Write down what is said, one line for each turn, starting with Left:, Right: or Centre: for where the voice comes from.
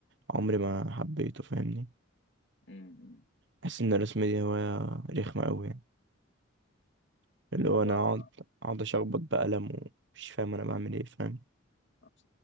Right: عمري ما حبيته فاهمني
Left: امم
Right: بحس ان الرسم دي هواية رخمة أوي يعني اللي هو انا
Left: لا
Right: اقعد اقعد اشخبط بقلم ومش فاهم انا بعمل ايه فاهم
Left: انا